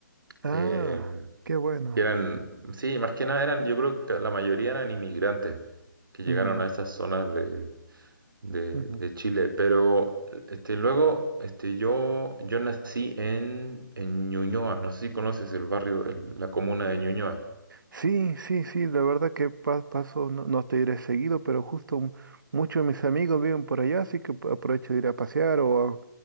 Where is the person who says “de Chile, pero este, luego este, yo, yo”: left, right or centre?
Right